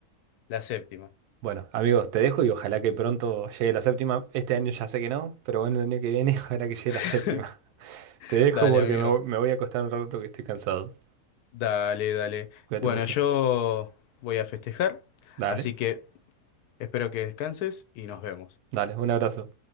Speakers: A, on the left (about 80°); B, on the right (about 90°).
A: La séptima.
B: Bueno, amigos, te dejo y ojalá que pronto llegue la séptima. Este año ya sé que no, pero bueno, el año que viene <laughs> ojalá que llegue
A: <laughs>
B: la séptima. Te dejo
A: Dale,
B: porque
A: amigo.
B: me, vo- me voy a acostar un rato que estoy cansado.
A: Dale, dale.
B: Cuídate
A: Bueno,
B: mucho.
A: yo voy a festejar,
B: Dale,
A: así que espero que descanses y nos vemos.
B: dale, un abrazo.